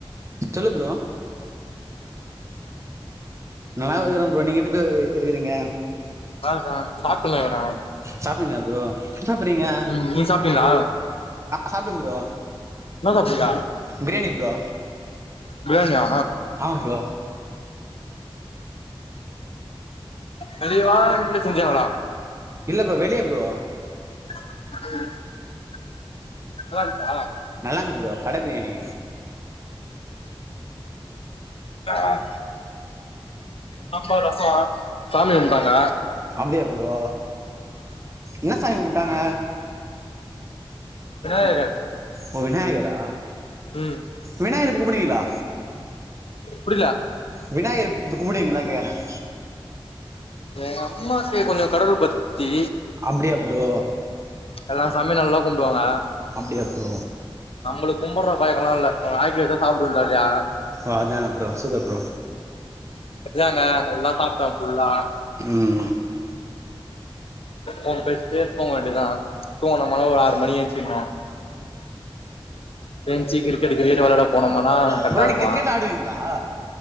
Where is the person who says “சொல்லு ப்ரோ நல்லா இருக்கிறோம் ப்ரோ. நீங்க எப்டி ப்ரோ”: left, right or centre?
Right